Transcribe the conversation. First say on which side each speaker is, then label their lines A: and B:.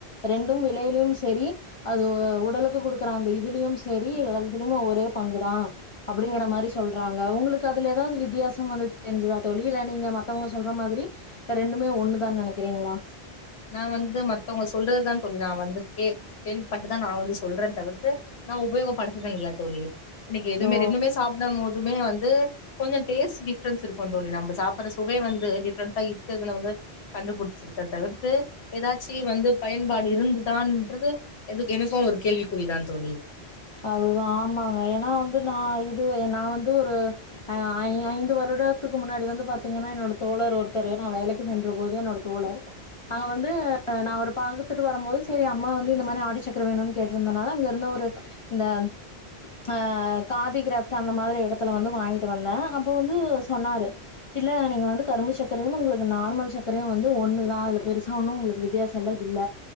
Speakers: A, on the left; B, on the left.
A: ரெண்டும் விலையிலயும் சரி அது உடலுக்கு குடுக்குற அந்த இதுலயும் சரி இத்துலயுமே ஒரே பங்குதான் அப்டிங்கற மாரி சொல்றாங்க உங்களுக்கு அதுல ஏதாவது வித்தியாசம் வந்து தெரிஞ்சுதா தோழி இல்ல நீங்க மத்தவங்க சொல்ற மாரி ரெண்டுமே ஒண்ணுதான் நினைக்கிறீங்களா
B: நான வந்து மத்தவங்க சொல்றதுதான் தோழி நான வந்து கே கேள்விபட்டுதான் நான வந்து சொல்றேன் தவிர்த்து நான உபயோகப்படுத்தனதே இல்ல தோழி எனக்கு எவுமே
A: ஓ
B: ரெண்டுமே சாப்பிட போது இதுமே வந்து கொஞ்சம் டேஸ்ட் டிஃப்ரென்ஸ் இருக்கும் தோழி நம்ம சாப்பிடற சுவை வந்து டிஃப்ரென்ஸா இருக்குது வந்து கண்டுபிடிச்சிருக்க தவிர <inaudible> ஏதாச்சும் வந்து பயன்பாடு இருந்துதானறது எனக்கும் ஒரு கேள்விக்குறிதான் தோழி
A: அதுதான் ஆமாங்க என வந்து நான் இது நான் வந்து ஒரு அ ஐ ஐந்து வருடத்துக்கு முன்னாடி வந்து பாத்தீங்கன்னா என்னோட தோழர் ஒருத்தர் நான வேலைக்கு சென்ற போது என்னோட தோழர் அங்க வந்து <inaudible> அவ ஒரு பாத்துட்டு வரும்போது சரி அம்மா வந்து இந்த மாரி ஆடிச்சக்கர வேணும்னு கேட்டிருந்ததுனால அங்க இருந்து ஒரு இந்த ஆ காதி கிராப்ட்ட் அந்த மாரி இடத்துல வந்து வாங்கிட்டு வந்தேன் அப்போ வந்து சொன்னாரு இல்ல நீங்க வந்து கரும்பு சர்க்கரையும் உங்களுக்கு நார்மல் சர்க்கரையும் வந்து ஒண்ணுதான் அதுல பெருசா ஒன்னும் உங்களுக்கு வித்தியாசல்ல இல்ல